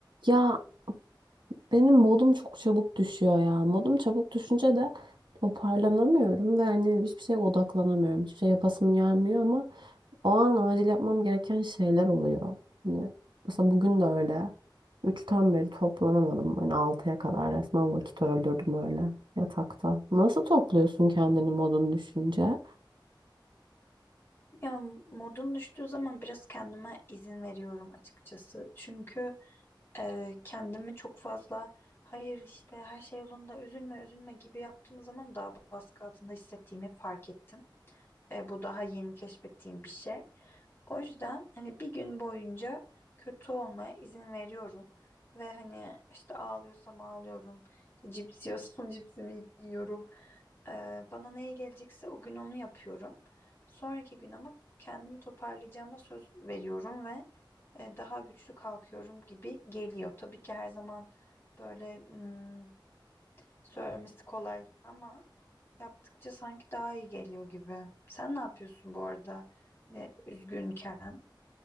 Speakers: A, on the right; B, on the left.
A: Ya benim modum çok çabuk düşüyor ya. Modum çabuk düşünce de toparlanamıyorum ve hani hiçbir şeye odaklanamıyorum. Hiçbir şey yapasım gelmiyor ama o an acil yapmam gereken şeyler oluyor. Hani mesela bugün de öyle. Üçten beri toplanamadım. Hani altıya kadar resmen vakit öldürdüm öyle yatakta. Nasıl topluyorsun kendini modun düşünce?
B: Ya modum düştüğü zaman biraz kendime izin veriyorum açıkçası. Çünkü e, kendimi çok fazla hayır işte her şey yolunda üzülme üzülme gibi yaptığım zaman daha baskı altında hissettiğimi fark ettim. E, bu daha yeni keşfettiğim bir şey. O yüzden hani bir gün boyunca kötü olmaya izin veriyorum. Ve hani işte ağlıyorsam ağlıyorum. işte cips yiyorsam <laughs> cipsimi yiyorum. Ee, bana neye gelecekse o gün onu yapıyorum. Sonraki gün ama kendimi toparlayacağıma söz veriyorum ve e, daha güçlü kalkıyorum gibi geliyor. Tabii ki her zaman böyle hmm, söylemesi kolay ama yaptıkça sanki daha iyi geliyor gibi. Sen ne yapıyorsun bu arada? Hani üzgünken?